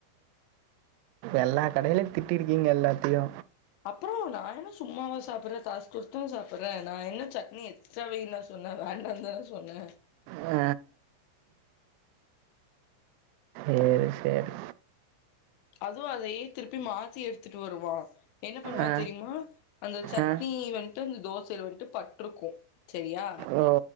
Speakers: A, on the right; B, on the left.
A: எல்லா கடையிலயு திட்டிருக்கிங்க எல்லாத்தையு
B: அப்பற நா என்ன சும்மாவா சாப்படறே காசு குடுத்துதான சாப்படறே நா என்ன சட்னி எக்ஸ்ட்ரா வெய்யினா சொன்ன வேண்டான்தான சொன்ன
A: ஆ சேரி சேரி
B: அதுவு அதையே திருப்பி மாத்தி எடுத்துட்டு வருவா என்ன பண்ணுவா
A: ஆ
B: தெரிமா அந்த சட்னி
A: ஆ
B: வந்ட்டு அந்த தோசைல வந்துட்டு பட்ருக்கு செரியா
A: ஓ